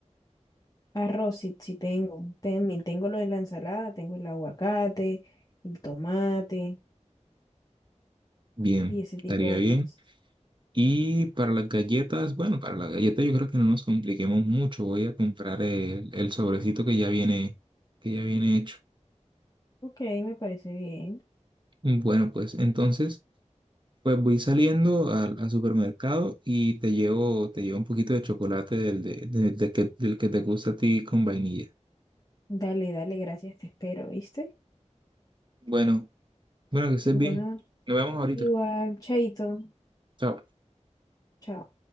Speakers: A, on the left; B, on the right.
A: Arroz, sí, sí tengo. También tengo lo de la ensalada, tengo el aguacate, el tomate
B: Bien,
A: y ese tipo
B: estaría
A: de
B: bien.
A: cosas.
B: Y para las galletas, bueno, para las galletas yo creo que no nos compliquemos mucho. Voy a comprar el, el sobrecito que ya viene, que ya viene hecho.
A: Ok, me parece bien.
B: Bueno, pues entonces, pues voy saliendo al, al supermercado y te llevo, te llevo un poquito de chocolate del, de- de- de que, del que te gusta a ti con vainilla.
A: Dale, dale, gracias, te espero, ¿viste?
B: Bueno, bueno, que estés
A: Bueno,
B: bien. Nos vemos ahorita.
A: igual, chaito,
B: Chao.
A: chao.